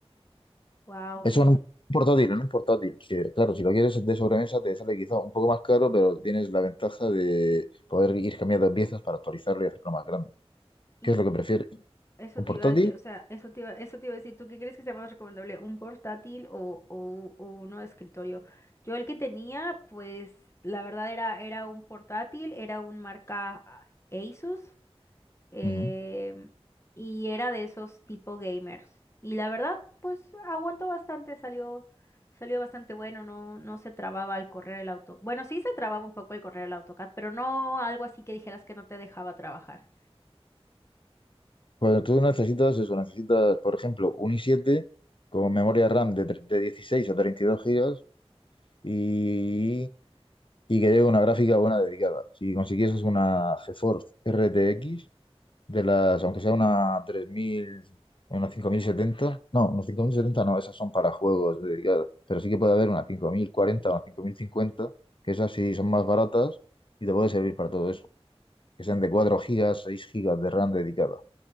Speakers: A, on the left; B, on the left.
A: Wow,
B: Eso
A: y,
B: en un portátil, en un portátil. que, claro, si lo quieres de sobremesa te sale quizá un poco más caro, pero tienes la ventaja de poder ir cambiando piezas para actualizarlo y hacerlo más grande.
A: y,
B: ¿Qué es lo que prefieres?
A: Eso
B: ¿Un
A: te
B: portátil?
A: iba a decir, o sea, eso te iba, eso te iba a decir, ¿tú qué crees que sea más recomendable? ¿Un portátil o, o, o uno de escritorio? Yo el que tenía, pues la verdad era, era un portátil, era un marca ah, Asus em,
B: Ujú.
A: y era de esos tipo gamers. Y la verdad, pues aguantó bastante, salió, salió bastante bueno, no, no se trababa al correr el AutoCAD. Bueno, sí se trababa un poco al correr el AutoCAD, pero no algo así que dijeras que no te dejaba trabajar.
B: Cuando tú necesitas eso, necesitas, por ejemplo, un i siete con memoria RAM de, tre- de 16 a 32 gigas y, y que lleve una gráfica buena dedicada. Si consiguieses una GeForce RTX, de las, aunque sea una 3000, una 5070 no, una 5070 no, esas son para juegos dedicadas pero sí que puede haber una 5040 o una 5050 que esas sí son más baratas y te puede servir para todo eso, que sean de 4 gigas, 6 gigas de RAM dedicada,